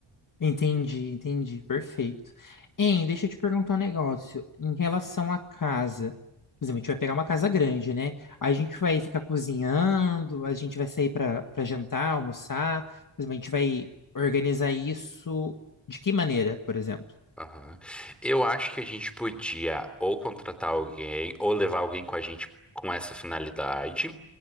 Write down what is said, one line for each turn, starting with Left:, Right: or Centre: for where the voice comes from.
Left: Entendi, entendi. Perfeito. Hein, deixa eu te perguntar um negócio. Em relação à casa, por exemplo, a gente vai pegar uma casa grande, né? A gente vai ficar cozinhando, a gente vai sair para para jantar, almoçar. Por exemplo, a gente vai organizar isso de que maneira, por exemplo?
Centre: Aham. Eu acho que a gente podia ou contratar alguém ou levar alguém com a gente com essa finalidade,